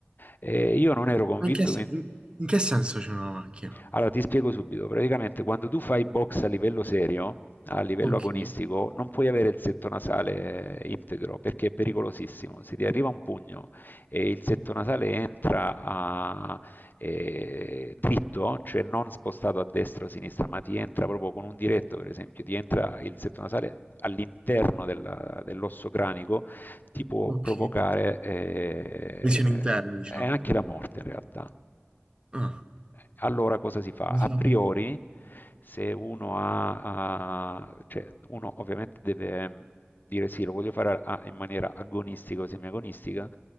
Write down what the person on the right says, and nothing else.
Ma In che, se- in- in che senso c'è una macchina?
Ok,
ok.
Lesioni interne, diciamo.
Ah,
non
sapevo.